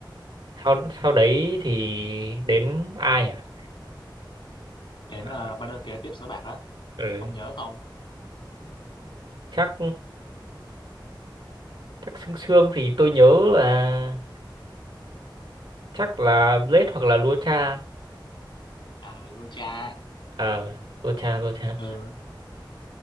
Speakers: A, on the right; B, on the left.
A: sau sau đấy thì đến ai à
B: đến
A: Ờ,
B: uh, banner kế tiếp Sới Bạc đó
A: ừ
B: ông nhớ không
A: chắc chắc xương xương thì tôi nhớ là chắc là Blade hoặc là Lucha
B: à Lucha
A: ờ Lucha Lucha
B: ừ